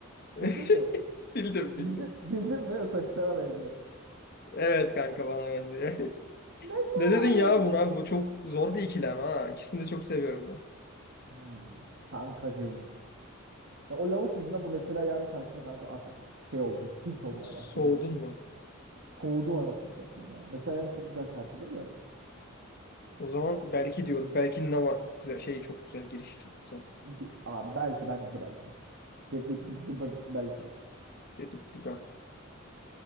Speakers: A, on the left; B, on the right.
A: <laughs>
B: Bildin mi?
A: Bildim bildim.
B: Bildim, bildin mi? O saçı sana benziyor.
A: Evet kanka bana benziyor. <laughs>
B: Mesela
A: Ne dedin ya
B: yani.
A: buna? Bu çok zor bir ikilem ha. İkisini de çok seviyorum ben.
B: Hmm, kankacığım. Ya o lavuk yüzünden bu mesela yarın şarkısında kanka artık şey oldum. Tilt olmaya
A: Soğudun
B: başladığım için.
A: mu?
B: Soğudum anasını satayım ya. Mesela yani çok güzel şarkıdır da.
A: O zaman belki diyorum. Belki ne var? Güzel, şeyi çok güzel. Girişi çok güzel.
B: Ki- Abi belki bence de belki. Deb düb düb düb belki.
A: Dedim düben.